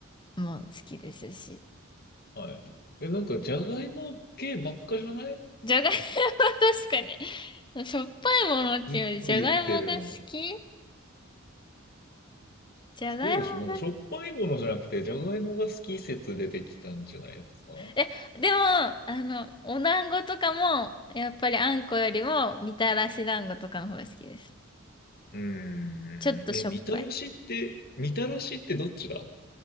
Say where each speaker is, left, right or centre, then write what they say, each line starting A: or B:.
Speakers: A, on the left (about 20°); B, on the left (about 45°).
A: も好きですし。
B: はい。え、なんか、じゃがいも系ばっかじゃない
A: じゃがいも <laughs> 確かに。しょっぱいものっていうより、
B: ずっと言ってるの。
A: じゃがいもが好きじゃがいもが好き。
B: そうでしょなんか、しょっぱいものじゃなくて、じゃがいもが好き説出てきたんじゃないですか
A: え、でも、あの、お団子とかも、やっぱりあんこよりも、みたらし団子とかの方が好きです。
B: うーん。
A: ちょっとしょっぱい。
B: え、みたらしって、みたらしってどっちだ